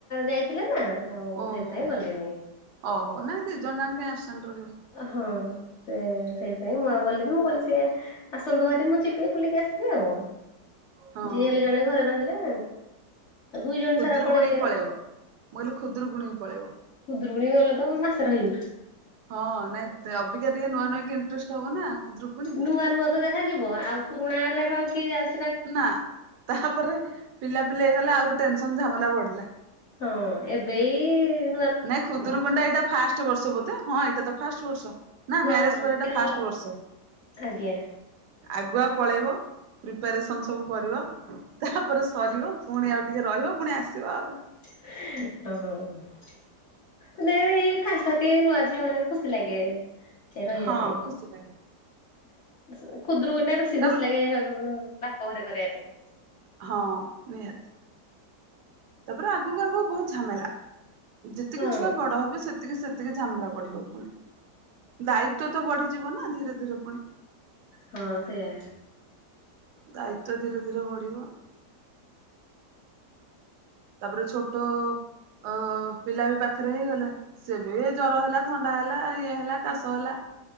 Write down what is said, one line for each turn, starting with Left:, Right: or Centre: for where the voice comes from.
Left: ଯାଇଥିଲେ ନା ଆଉ ମୁଁ
Right: ଓହୋ
Left: ସେଇଥିପାଇଁ
Right: ହୋ।
Left: ଗଲିନି,
Right: ଓହୋ ନାଇ ଦିଇ ଜଣ ଯାଙ୍କ କାଇଁ ଆପସଣ୍ଟ ରହିବ।
Left: ହଁ ସେ ସେଇଥିପାଇଁ ମୁଁ ଆଉ ଗଲିନି ମୁଁ କଲି ସେ ଆସନ୍ତୁ ଭାରି ମୁଁ ଯିବି ବୁଲିକି ଆସିବି ଆଉ,
Right: ହଁ।
Left: ଯିଏ ହେଲେ ଜଣେ ଘରେ ରହିଲେ, ଦୁଇ ଜଣ
Right: ଖୁଦୁରୁକୁଣୀ
Left: ସାରା ପଳେଇଲେ
Right: କୁ ପଳେଇବ, ମୁଁ କହିଲି ଖୁଦୁରୁକୁଣୀ କି ପଳେଇବ।
Left: ଖୁଦୁରୁକୁଣି କୁ ଗଲେ ତ ମୁଁ ମାସେ ରହିବି।
Right: ହଁ ନାଇଁ ଅବିକା ଟିକେ ନୂଆ ନୂଆ କି ଇଣ୍ଟ୍ରେଷ୍ଟ ହବ ନା। ଖୁଦୁରୁକୁଣୀ।
Left: ନୂଆ ନୂଆ ତ ଯାହା ଯିବ ଆଉ ପୁରୁଣା ହେଲାଠୁ ଆଉ କିଏ ଯାଉଛି?
Right: ନା ତାପରେ ପିଲାପିଲା ହେଇଗଲେ ଆହୁରି ଟେନସନ ଝାମେଲା ବଢ଼ିଲା।
Left: ହଁ ଏବେ ଇ
Right: ନାଇଁ ଖୁଦୁରରକୁୁଣ୍ଡା ଏଇଟା ଫାଷ୍ଟ ବର୍ଷ ବୋଧେ ହଁ ଏଇଟା ତ ଫାଷ୍ଟ ବର୍ଷ। ନା
Left: ହଁ
Right: ମ୍ୟାରେଜ ପରେ ଏଟା ଫାଷ୍ଟ ବର୍ଷ।
Left: ଆଜ୍ଞା
Right: ଆଗୁଆ ପଳେଇବ ପ୍ରିପାରେସନ ସବୁ କରିବ। ତାପରେ ସରିବ ପୁଣି ଆଉ ଟିକେ ରହିବ ପୁଣି ଆସିବ ଆଉ।
Left: ହ <inaudible> ନାଇ ଫାର୍ଷ୍ଟ ଫାର୍ଷ୍ଟ ଟିକେ ନୂଆ ଝିଅମାନକୁ ଖୁସି ଲାଗେ। ରହିବା
Right: ହଁ
Left: ପାଇଁ
Right: ଖୁସି ଲାଗେ।
Left: ଖୁଦୁରୁକଣୀ ବେଶୀ
Right: ତାପରେ
Left: ଖୁସି ଲାଗେ ର ବାହା ଘରେ କରିବା ପାଇଁ।
Right: ହଁ ନିହାତି ତାପରେ ଆଗକୁ ଆଗକୁ ବହୁତ ଝାମେଲା, ଯେତିକି
Left: ହଁ
Right: ଛୁଆ ବଡ ହେବେ ସେ ସେତିକି ସେତିକି ଝାମେଲା ବଢିବ ପୁଣି ଦାୟିତ୍ଵ ତ ବଢିଯିବ ନା ଧୀରେ ଧୀରେ ପୁଣି
Left: ହଁ ସେଇଆ।
Right: ଦାୟିତ୍ଵ ଧୀରେ ଧୀରେ ବଢିବ। ତାପରେ ଛୋଟ ଅ ପିଲା ବି ପାଖରେ ହେଇଗଲେ। ସେବେ ଜର ହେଲା ଥଣ୍ଡା ହେଲା ଇଏ ହେଲା କାଶ ହେଲା।